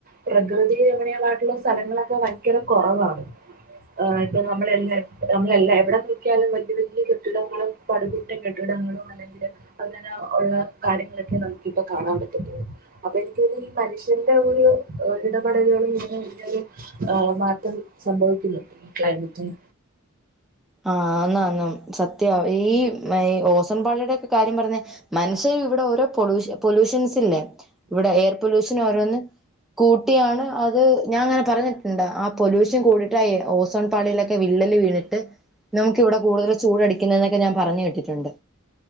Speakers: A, on the right (about 40°); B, in the centre.
A: പ്രകൃതി രമണീയമായിട്ടുള്ള സ്ഥലങ്ങളൊക്കെ ഭയങ്കര കൊറവാണ് ആ ഇപ്പ നമ്മളെ എല്ലാം നമ്മള എല്ലാ എവിടെ നോക്കിയാലും വല്യ വല്യ കെട്ടിടങ്ങളും പടുകൂറ്റൻ കെട്ടിടങ്ങളും അല്ലെങ്കില് അ ങ്ങന ഉള്ള കാര്യങ്ങളൊക്കെ നമുക്കിപ്പൊ കാണാൻ പറ്റത്തുള്ളൂ അപ്പൊ തോന്നുന്നു എനിക്ക് ഈ മനുഷ്യന്റെ ഒരു എ ഇടപെടലുകളും ഇങ്ങനെ വലിയൊരു മാറ്റം സംഭവിക്കുന്നുണ്ട് ഈ ക്ലൈമറ്റിന്
B: ആ എന്നാ അങ്ങ് സത്യവാ ഈ മയ് ഓസോൺപാളിയുടെയൊക്കെ കാര്യം പറഞ്ഞ മനുഷ്യരും ഇവിടെ ഓരോ പൊ ലൂ പൊലൂഷൻസില്ലേ ഇവിടെ എയർ പൊല്യൂഷൻ ഓരോന്ന് കൂട്ടിയാണ് അത് ഞാൻ അങ്ങനെ പറഞ്ഞിട്ടുണ്ടാ ആ പൊല്യൂഷൻ കൂടിയിട്ട് ആ എയ് ഓസോൺ പാളിയിലൊക്കെ വിള്ളല് വീണിട്ട് നമുക്ക് ഇവിടെ കൂടുതൽ ചൂടടിക്കുന്ന എന്നൊക്കെ ഞാൻ പറഞ്ഞു കേട്ടിട്ടുണ്ട്